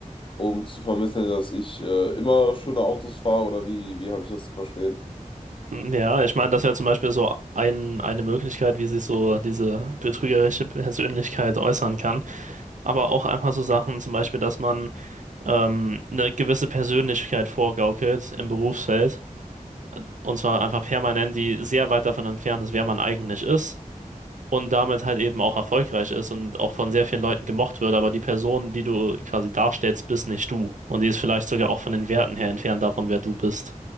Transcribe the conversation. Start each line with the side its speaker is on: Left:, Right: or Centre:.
Left: um zu vermitteln, dass ich äh, immer schöne Autos fahre, oder wie, wie habe ich das zu verstehen?
Right: Ja, ich meine, das wäre zum Beispiel so ein, eine Möglichkeit, wie sich so diese betrügerische Persönlichkeit äußern kann. Aber auch einfach so Sachen, zum Beispiel, dass man ähm, eine gewisse Persönlichkeit vorgaukelt im Berufsfeld. Und zwar einfach permanent, die sehr weit davon entfernt ist, wer man eigentlich ist. Und damit halt eben auch erfolgreich ist und auch von sehr vielen Leuten gemocht wird. Aber die Person, die du quasi darstellst, bist nicht du. Und die ist vielleicht sogar auch von den Werten her entfernt davon, wer du bist.